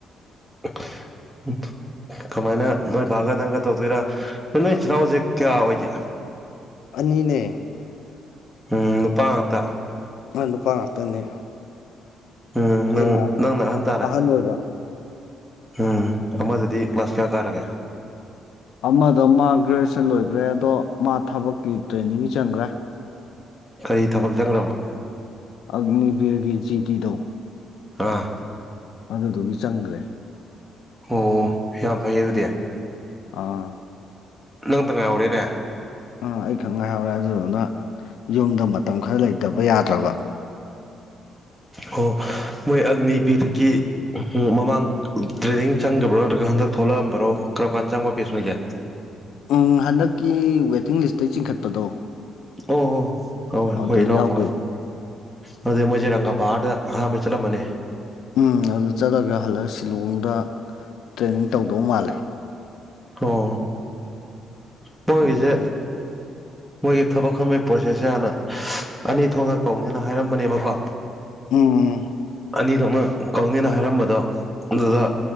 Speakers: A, in the centre; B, on the left.
A: <unintelligible> ꯀꯃꯥꯏꯅ ꯅꯣꯏ ꯕꯥꯒ ꯅꯪꯒ ꯇꯧꯕꯗꯣꯏꯔꯥ ꯅꯣꯏ ꯏꯆꯤꯜ ꯏꯅꯥꯎꯖꯦ ꯀꯌꯥ ꯑꯣꯏꯒꯦ
B: ꯑꯅꯤꯅꯦ
A: ꯎꯝ ꯅꯨꯄꯥ ꯉꯛꯇꯥ
B: <unintelligible> ꯅꯨꯄꯥ ꯉꯥꯛꯇꯅꯦ
A: ꯎꯝ
B: ꯑꯩꯅ
A: ꯅꯪ ꯅꯪꯅ ꯇꯥꯔꯦ
B: ꯑꯍꯟ ꯑꯣꯏꯕ
A: ꯎꯝ ꯑꯃꯗꯨꯗꯤ ꯀ꯭ꯂꯥꯁ ꯀꯌꯥ ꯀꯥꯔꯥꯒꯦ
B: ꯑꯃꯗꯣ ꯃꯥ ꯒ꯭ꯔꯦꯖꯨꯑꯦꯁꯟ ꯂꯣꯏꯒ꯭ꯔꯦ ꯑꯗꯣ ꯃꯥ ꯊꯕꯛꯀꯤ ꯇ꯭ꯔꯦꯅꯤꯡꯒꯤ ꯆꯪꯒ꯭ꯔꯦ
A: ꯀꯔꯤ ꯊꯕꯛ ꯆꯪꯒ꯭ꯔꯥꯕ
B: ꯑꯒꯅꯤꯕꯤꯔꯒꯤ ꯖꯤꯗꯤꯗꯣ
A: ꯑꯥ
B: ꯑꯗꯨꯗꯨꯒꯤ ꯆꯪꯒ꯭ꯔꯦ
A: ꯑꯣ ꯌꯥꯝ ꯐꯩ ꯑꯗꯨꯗꯤ
B: ꯑꯥ
A: ꯅꯪꯇꯥ ꯉꯥꯏꯍꯧꯔꯦꯅꯦ
B: ꯑꯥ ꯑꯩꯈꯛ ꯉꯥꯏꯍꯧꯔꯦ ꯑꯗꯨꯗꯨꯅ ꯌꯨꯝꯗ ꯃꯇꯝ ꯈꯔ ꯂꯩꯇꯕ ꯌꯥꯗ꯭ꯔꯥꯕ
A: ꯑꯣ ꯃꯣꯏ ꯑꯒꯅꯤꯕꯤꯔꯒꯤ ꯎꯝ ꯃꯃꯥꯡ ꯇ꯭ꯔꯦꯅꯤꯡ ꯆꯪꯒ꯭ꯔꯥꯕꯣ ꯅꯠꯇ꯭ꯔꯥꯒ ꯍꯟꯗꯛ ꯊꯣꯛꯂꯛꯑꯝꯕꯔꯣ ꯀꯔꯝ ꯀꯥꯟꯗ ꯆꯪꯕ ꯕꯦꯁ ꯑꯣꯏꯒꯦ
B: ꯎꯝ ꯍꯟꯗꯛꯀꯤ ꯋꯦꯇꯤꯡ ꯂꯤꯁꯇꯩ ꯆꯤꯡꯈꯠꯄꯗꯣ
A: ꯑꯣ ꯍꯣ ꯍꯣꯏ ꯍꯣꯏ
B: ꯑꯗꯨꯗ
A: ꯈꯣꯏ ꯏꯅꯥꯎꯄꯥꯍꯣꯏ
B: ꯌꯥꯎꯒꯤꯕ
A: ꯑꯗꯨꯗꯤ ꯃꯣꯏꯖꯦ ꯔꯪꯒꯥ ꯄꯥꯔꯗ ꯑꯍꯥꯝꯕꯩ ꯆꯠꯂꯝꯃꯅꯤ
B: ꯎꯝ ꯑꯗꯨꯗ ꯆꯠꯂꯒ ꯍꯜꯂꯥꯒ ꯁꯤꯂꯣꯡꯗ ꯇ꯭ꯔꯦꯅꯤꯡ ꯇꯧꯗꯧ ꯃꯥꯜꯂꯦ
A: ꯑꯣ ꯃꯣꯏꯒꯤꯖꯦ
B: ꯑꯗꯨꯗꯨꯒꯤ
A: ꯃꯣꯏꯒꯤ ꯊꯕꯛ ꯈꯟꯕꯩ ꯄ꯭ꯔꯣꯁꯦꯁꯁꯦ ꯍꯥꯟꯅ ꯑꯅꯤ ꯊꯣꯛꯅ ꯀꯧꯅꯤꯅ ꯍꯥꯏꯔꯝꯕꯅꯦꯕꯀꯣ
B: ꯎꯝ
A: ꯑꯅꯤ ꯊꯣꯛꯅ ꯀꯧꯅꯤꯅ ꯍꯥꯏꯔꯝꯕꯗꯣ ꯑꯗꯨꯗ